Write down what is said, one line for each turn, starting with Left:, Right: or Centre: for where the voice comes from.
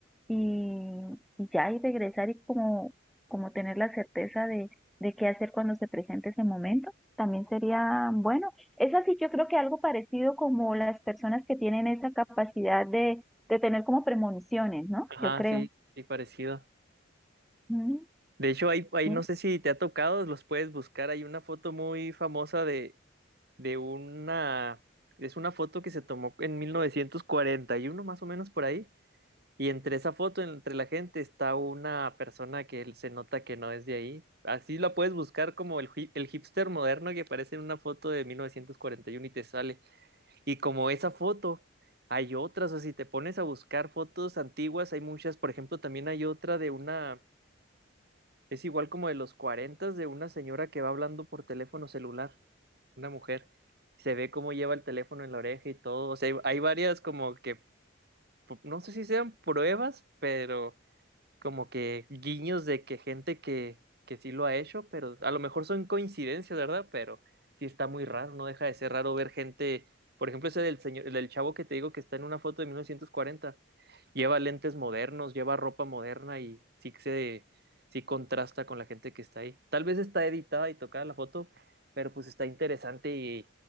Centre: y, y ya y regresar y como, como tener la certeza de, de qué hacer cuando se presente ese momento, también sería bueno. Es así, yo creo que algo parecido como las personas que tienen esa capacidad de, de tener como premoniciones, ¿no?
Right: Ajá,
Centre: Yo creo.
Right: sí, sí, parecido.
Centre: Mm,
Right: De hecho, hay, hay,
Centre: sí.
Right: no sé si te ha tocado, los puedes buscar. Hay una foto muy famosa de, de una, es una foto que se tomó en 1941 más o menos por ahí, Y entre esa foto, entre la gente, está una persona que él- se nota que no es de ahí. Así la puedes buscar como el, hi- el hipster moderno que aparece en una foto de 1941 y uno y te sale. Y como esa foto, hay otras. O si te pones a buscar fotos antiguas, hay muchas. Por ejemplo, también hay otra de una, es igual como de los 40 de una señora que va hablando por teléfono celular. Una mujer. Se ve cómo lleva el teléfono en la oreja y todo. O sea, hay, hay varias como que, po- no sé si sean pruebas, pero como que guiños de que gente que, que sí lo ha hecho, pero a lo mejor son coincidencias, ¿verdad? Pero sí está muy raro, no deja de ser raro ver gente, por ejemplo, ese del señor, el del chavo que te digo que está en una foto de mil novecientos cuarenta lleva lentes modernos, lleva ropa moderna y sí que se sí contrasta con la gente que está ahí. Tal vez está editada y tocada la foto, pero pues está interesante y,